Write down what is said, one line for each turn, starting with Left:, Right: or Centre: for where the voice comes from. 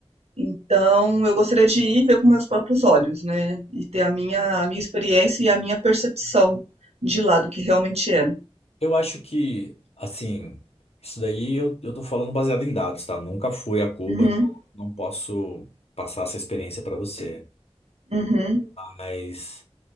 Right: Então, eu gostaria de ir ver com meus próprios olhos, né, e ter a minha a minha experiência e a minha percepção de lá, do que realmente é.
Left: Eu acho que, assim, isso daí eu, eu tô falando baseado em dados, tá? Nunca fui a Cuba,
Right: Uhum,
Left: então não posso passar essa experiência pra você.
Right: uhum,
Left: Mas